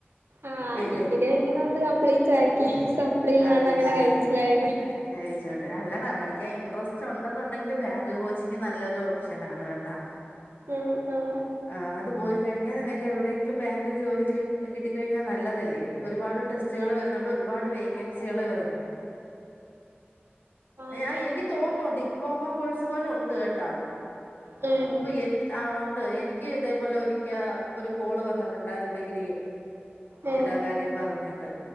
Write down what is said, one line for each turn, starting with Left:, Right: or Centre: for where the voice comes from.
Right: ആഹ്
Left: ഇല്ലേ
Right: ഡിഗ്രി അങ്ങനെ ഒന്ന് കംപ്ലീറ്റ് ആക്കി സപ് സപ്ലി ഇല്ലാണ്ട്
Left: അത്
Right: അങ്ങനെ
Left: ശരി
Right: കഴിച്ചിലായിനേ
Left: കഴിച്ചോട്ടെ അല്ലടാ പഠിക്കാൻ ഇൻട്രസ്റ്റ് ഉണ്ടെന്നുണ്ടെങ്കില് ബാങ്ക് കോച്ചിംഗ് നല്ലൊരു ഓപ്ഷൻ ആണ് കേട്ടാ
Right: മം മം
Left: ആഹ് അത് പോയി കഴിഞ്ഞാ നിനക്ക് എവിടെയെങ്കിലും ബാങ്കില് ജോലി കിട്ട് കിട്ടി കഴിഞ്ഞാ നല്ലതല്ലേ ഒരുപാട് ടെസ്റ്റുകള് വരുന്നുണ്ട് ഒരുപാട് വേക്ക് ക്കൻസികള് വരുന്നുണ്ട്
Right: അങ്ങനെ
Left: ഞാ എനിക്ക് തോന്നുന്നുണ്ട് ഡിപ്ലോമ കോഴ്സ് പോലെ ഉണ്ട് കേട്ടാ
Right: ഉം
Left: മുമ്പ് എനിക്ക് ആഹ് ഉണ്ട് എനിക്ക് ഇതേപോലെ ഒരിക്കെ ഒരു കോള് വന്നിട്ടുണ്ടായിരുന്ന് ഡിഗ്രിക്ക്
Right: ഉം
Left: യിടാ കാര്യം പറഞ്ഞിട്ട്